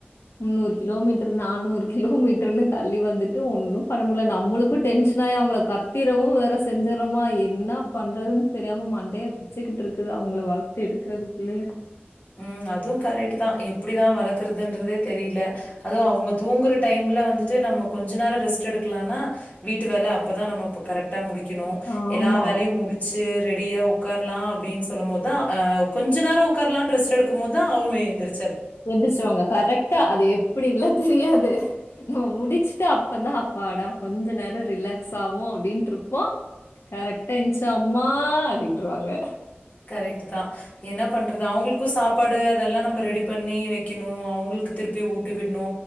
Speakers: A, on the left; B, on the left.
A: முன்னூறு கிலோ மீட்ரு நானூறு கிலோ மீட்டருன்னு தள்ளி வந்துட்டு ஒண்ணு பண்ண முட்ல நம்ளுக்கு டென்ஷனாயி அவுங்ள கத்திறவு வேற செஞ்சற்றோமா என்னா பண்றதுன்னு தெரியாம மண்டைய பிசுக்கிட்ருக்குது அவுங்ள வளத்து எடுக்றதுக்குள்ளயு
B: ம் அது கரெக்ட்டுதா எப்டிதா வளக்குறதுன்றதே தெரில அது அவுங்க தூங்ர டைம்ல வந்துட்டு நம்ம கொஞ்ச நேரோ ரெஸ்ட் எடுக்லான்னா வீட்டு வேல அப்பதா நம்ம கரெக்ட்டா முடிக்குணு
A: ஆமா
B: எல்லா வேலையு முடிச் ச்சு ரெடியா உக்கார்லா அப்டின் சொல்லும் போதா அ கொஞ்ச நேரோ உக்கார் லா ரெஸ்ட் எடுக்கும் போதுதா அவுங்க எந்திரிச்
A: எந்திச்சுருவாங்க கரெக்ட்டா அது எப்டின்லா தெரியாது நம்ம முடிச்ட்டு அப்பதா அப்பாடா கொஞ்ச நேரோ ரிலாக்ஸ் ஆவோ அப்டின்ட்ருப்போ கரெக்ட்டா என்ச்சு அம்மா அப்டின்றுவாங்க
B: கரெக்ட்டுதா என்ன பண்றது அவுங்ளு க்கு சாப்பாடு அதெல்லா நம்ம ரெடி பண்ணி வைக்கணூ அவுங்களுக்கு திருப்பி ஊட்டி விட்ணூ